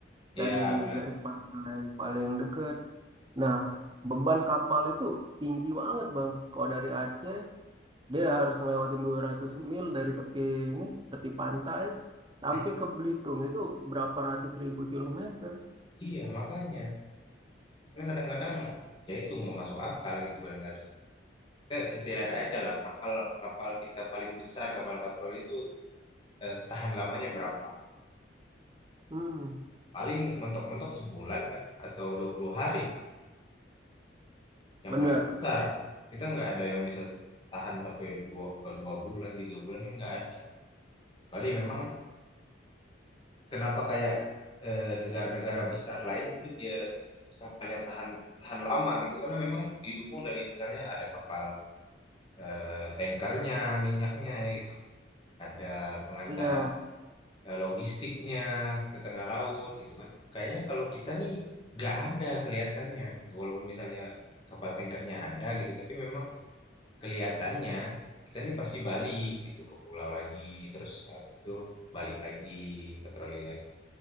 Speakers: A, on the left; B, on the right.
A: Ya
B: dari
A: benar.
B: garis pantai paling dekat. Nah, beban kapal itu tinggi banget Bang. Kalau dari Aceh, dia harus ngelewatin 200 mil dari tepi ini, tepi pantai, sampai
A: Mm,
B: ke Belitung itu berapa ratus ribu kilometer.
A: Iya makanya karena kadang-kadang ya itu nggak masuk akal gitu kadang-kadang. Kita kita lihat aja lah kapal kapal kita paling besar kapal patroli itu Eee, tahan lamanya berapa?
B: Hmm,
A: Paling mentok-mentok sebulan kan atau 20 hari kan, yang
B: bener.
A: paling besar. Kita nggak ada yang bisa tahan sampai dua eee, 2 bulan, 3 bulan kan nggak ada. Kecuali memang kenapa kayak, eee, negara-negara besar lain itu dia kapalnya tahan tahan lama gitu, karena memang didukung dari misalnya ada kapal, eee, tankernya, minyaknya ya gitu, ada pengantara
B: Iya,
A: eh, logistiknya ke tengah laut gitu kan. Kayaknya kalau kita nih nggak ada kelihatannya gitu. Walaupun misalnya kapal tankernya ada gitu, tapi memang kelihatannya kita nih pasti balik gitu ke pulau lagi, terus habis itu balik lagi ke troli lagi,